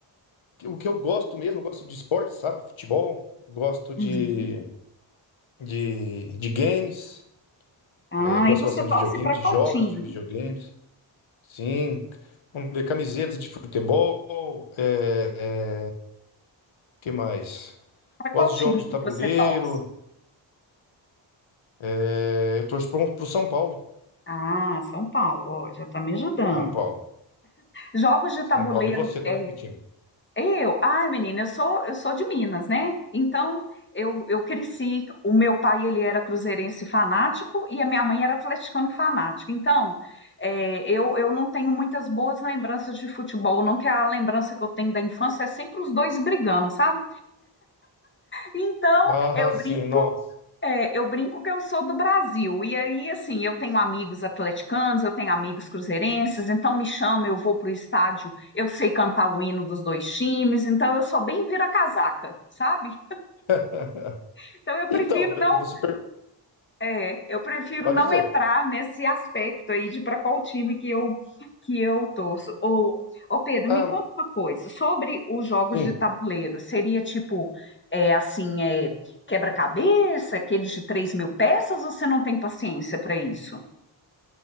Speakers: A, on the left; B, on the left.
A: o que eu gosto mesmo, eu gosto de esporte, sabe? Futebol, gosto de,
B: Uhum.
A: de, de games,
B: Ah,
A: é, gosto
B: e você
A: bastante
B: torce
A: de videogames,
B: para
A: de
B: qual
A: jogos
B: time?
A: de videogames. Sim, vamos ver, camisetas de futebol, é, é, que mais?
B: Para qual
A: Gosto de
B: time
A: jogos de
B: que
A: tabuleiro,
B: você torce?
A: é, eu torço pro, pro São Paulo,
B: Ah, São Paulo, ó, já tá me ajudando.
A: São Paulo,
B: Jogos de
A: São
B: tabuleiro,
A: Paulo. E você, torce
B: é,
A: que time?
B: eu, ai, menina, eu sou, eu sou de Minas, né? Então, eu, eu cresci, o meu pai, ele era cruzeirense fanático e a minha mãe era atleticano fanático. Então, é, eu, eu não tenho muitas boas lembranças de futebol, não que a lembrança que eu tenho da infância é sempre os dois brigando, sabe? Então,
A: Ah,
B: eu brinco
A: sim, nossa.
B: É, eu brinco que eu sou do Brasil, e aí, assim, eu tenho amigos atleticanos, eu tenho amigos cruzeirenses, então me chama, eu vou pro estádio, eu sei cantar o hino dos dois times, então eu sou bem vira-casaca, sabe?
A: <laughs>
B: Então eu prefiro
A: Então, vo-
B: não
A: você per-
B: é, eu prefiro
A: pode
B: não
A: dizer.
B: entrar nesse aspecto aí de para qual time que eu que eu torço. Ô, ô Pedro,
A: Ah,
B: me conta uma coisa sobre os jogos
A: sim.
B: de tabuleiro. Seria tipo é, assim é, quebra-cabeça, aqueles de 3 mil peças? Ou você não tem paciência para isso?